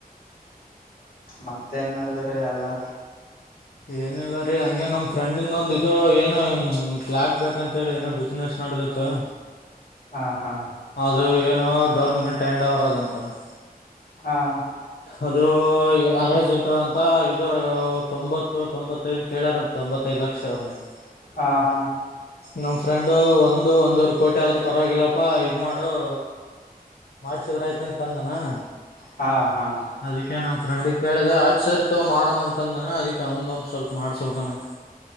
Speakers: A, on the left; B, on the left.
A: ಮತ್ತೆನ್ ನಡದದ ಎಲ್ಲಾ? <inaudible>
B: ಏನಿಲ್ಲ ರೀ ಹಂಗೆ ನಮ್ಮ ಫ್ರೆಂಡಿದ ಒಂದ ಇದು ಏನು ಫ್ಲಾಟ್ ಬೇಕಂತೇಳಿ ಏನೋ ಬಿಸ್ನೆಸ್ <inaudible> ನಡದೇತ್ತ <inaudible>
A: ಹಾ ಹಾ <inaudible>
B: ಅದು ಏನೋ ಗೌರ್ಮೆಂಟ್ ಹ್ಯಾಂಡ್ ಓವರ್ ಅದಂತ. <inaudible>
A: ಹಾ <inaudible>
B: ಅದು ಯಾರ ಸೀಟರ್ ಅಂತ ಇದು ತೊಂಬತ್ತು ತೊಂಬತ್ತು <inaudible> ತ್ತ್ತೈದ ಕೇಳಾರಂತ ತೊಂಬತ್ತ್ತೈದು ಲಕ್ಷ ಅವರ <inaudible>
A: ಹಾ ಹಾ <inaudible>
B: ನಮ್ಮ ಫ್ರೆಂಡು ಒಂದು ಒಂದವರೆ ಕೋಟಿ ಆದ್ರ ಪರವಾಗಿಲ್ಲಪ್ಪ ಇದ ಮಾಡು <inaudible> ಮಾಡಸಿದರ ಆಯ್ತ ಅಂತ ಅಂದನ. <inaudible>
A: ಹಾ ಹಾ <inaudible>
B: ಅದಿಕೆ ನಮ್ಮ ಫ್ರಂಡಿಗ್ ಕೇಳಿದೆೆ ಆಯ್ತ ಸರಿತೋ ಮಾಡೋಮ ಅಂತಂದನ ಅದಿಕೆ ಅವಂದ ಒಂದ್ ಸ್ವಲ್ಪ ಮಾಡಸಬೇಕ ಅಣ್ಣ. <inaudible>